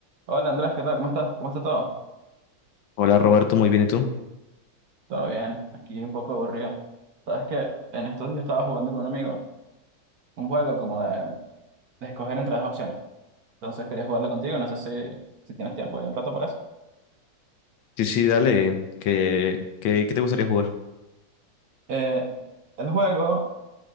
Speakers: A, on the right; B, on the left.
A: Hola Andrés, ¿qué tal? ¿Cómo estás? ¿Cómo está todo?
B: Hola Roberto, muy bien, ¿y tú?
A: Todo bien, aquí un poco aburrido. Sabes que en estos días estaba jugando con un amigo un juego como de, de escoger entre dos opciones. Entonces quería jugarlo contigo, no sé si, si tienes tiempo y un rato para eso.
B: Sí, sí, dale. ¿Qué, qué, qué te gustaría jugar?
A: Eh, el juego,